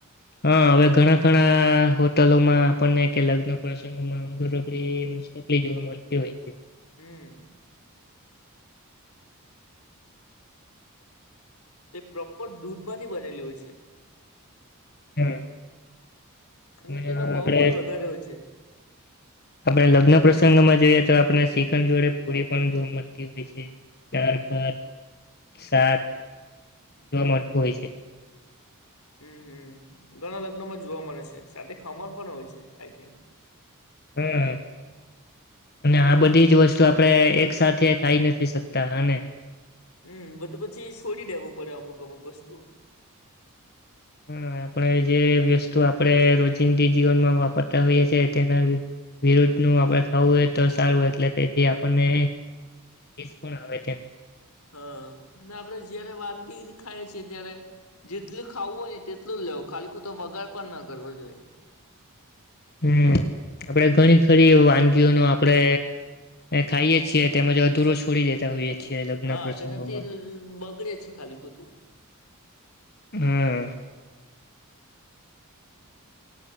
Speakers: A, on the left; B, on the left.
A: હા હવે ઘણા ઘણા હોટલોમાં આપણને કે લગ્ન પ્રસંગોમાં અંગડીકલી જોવા મળતી હોય છે
B: હમ તે પ્રોપર દૂધમાંથી બનેલી હોય છે
A: હા
B: અને
A: તેમજ
B: તેનો
A: આપણે
B: ભાવ પણ વધારે હોય છે
A: આપણે લગ્ન પ્રસંગમાં જોઈએ તો આપણે શ્રીખંડ જોડે પૂરી પણ જોવા મળતી હોય છે ચાર પાાર સાત જોવા મળતું હોય છે
B: હમ હમ ઘણા લગ્નમાં જોવા મળે છે સાથે ખાવાનું પણ હોય છે આઈ થિંક
A: હમ અને આ બધી જ વસ્તુ આપણે એક સાથે ખાઈ નથી શકતા હા ને
B: હમ બધું પછી છોડી દેવું પડે અમુક અમુક વસ્તુ
A: હા આપણે જે વસ્તુ આપણે રોજિંદી જીવનમાં વાપરતા હોઈએ છીએ તેના વિરુદ્ધ ન આપણે ખાવું હોય તો સારું હો એટલે તેથી આપણને પણ આવે તેનું
B: હા અને આપણેે જયારે વાનગી ખાઈએ છીએ ત્યારે જેટલું ખાવું હોય ને તેટલું લેવું ખાલી ખો તો વગાર પણ ના કરવો જોઈએ
A: હમ આપડે ઘણી ખરી એ વાનગી ન આપણે ખાઈએ છીએ તેમજ અધૂરો છોડી દેતા હોઈએ છીએ લગ્ન
B: હા
A: પ્રસંગોમાં
B: તેનાથી બગડે છે ખાલી ખોટું
A: હમ